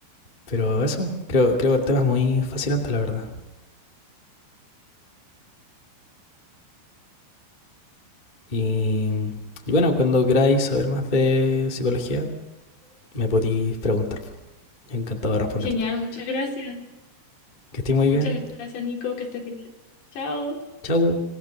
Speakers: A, on the left (about 20°); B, on the left (about 65°).
A: Pero eso, creo, creo que el tema es muy fascinante, la verdad. Y, y bueno, cuando queráis saber más de psicología, me podéis preguntar. Yo encantado de responderte.
B: Genial, muchas gracias.
A: Que estéis muy bien.
B: Muchas gracias, Nico, que estés bien. Chao.
A: Chau.